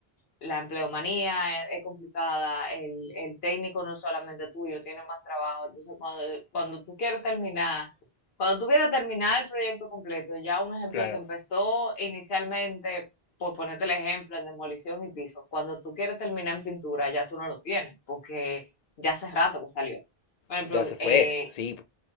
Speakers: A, on the left; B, on the left.
A: la empleomanía es, es complicada, el, el, técnico no es solamente tuyo, tiene más trabajo. Entonces, cuando, cuando tú quieres terminar, cuando tú quieres terminar el proyecto completo, ya un ejemplo,
B: Claro,
A: el que empezó inicialmente, por ponerte el ejemplo, en demolición y pisos, cuando tú quieres terminar en pintura, ya tú no lo tienes, porque ya hace rato que salió. Por ejemplo,
B: ya se fue,
A: eh,
B: sí,